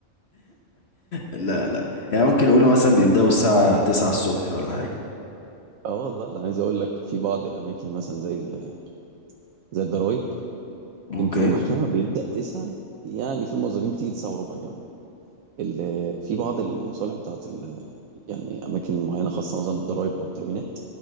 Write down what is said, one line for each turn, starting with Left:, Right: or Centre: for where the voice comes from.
Left: لا لا يعني ممكن يقولوا مثلا بيبدأوا الساعة 9 الصبح ولا حاجة
Right: اه والله انا عايز اقول لك في بعض الاماكن مثلا زي ال- زي الضرايب
Left: اوكي
Right: يمكن المحكمه بيبدا تسعة يعني في موظفين بتيجي تسعة وربع كمان ال- في بعض المصالح بتاعت ال- يعني اماكن معينه خاصه مثلا بالضرايب او التامينات